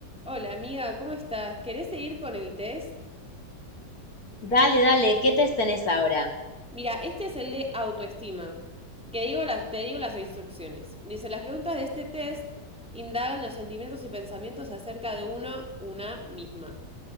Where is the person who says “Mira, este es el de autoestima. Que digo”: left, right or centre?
Centre